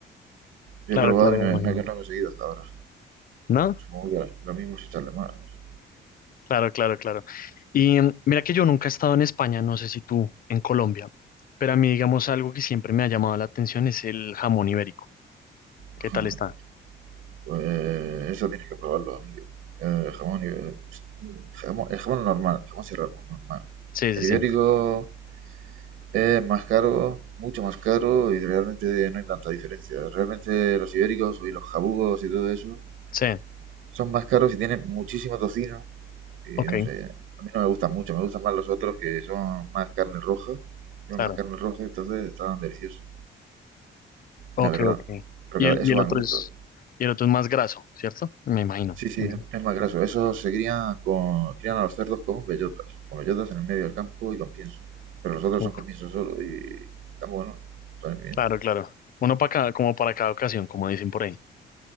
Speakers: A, on the right; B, on the left.
A: Yo
B: claro,
A: he probado
B: claro,
A: y no,
B: me
A: he
B: imagino.
A: no he- no he conseguido hasta ahora.
B: ¿No?
A: Supongo que lo mismo es echarle más. No sé.
B: Claro, claro, claro. Y mm, mira que yo nunca he estado en España, no sé si tú en Colombia, pero a mí, digamos, algo que siempre me ha llamado la atención es el jamón ibérico. ¿Qué
A: <laughs>
B: tal está?
A: Pues eso tienes que probarlo, amigo. Eh, jamón, eh, jamón- el jamón normal, jamón serrano, normal.
B: Sí, sí,
A: El
B: sí.
A: ibérico es más caro, mucho más caro y realmente no hay tanta diferencia. Realmente los ibéricos y los jabugos y todo eso
B: Sí,
A: son más caros y tienen muchísimo tocino. Y
B: ok,
A: no sé, a mí no me gustan mucho, me gustan más los otros que son más carne roja. Tienen
B: claro.
A: más carne roja, entonces estaban deliciosos,
B: Ok,
A: la verdad.
B: ok.
A: Pero
B: Y
A: cada-
B: el,
A: eso
B: y el
A: va
B: otro
A: en gusto.
B: es, y el otro es más graso, ¿cierto? Me imagino.
A: Sí, sí,
B: Sí.
A: es es más graso. Esos se crían, con, crían a los cerdos con bellotas, con bellotas en el medio del campo y con pienso. Pero los otros
B: Uf,
A: son con pienso solo y están buenos, están bien.
B: claro, claro. Uno para cada, como para cada ocasión, como dicen por ahí.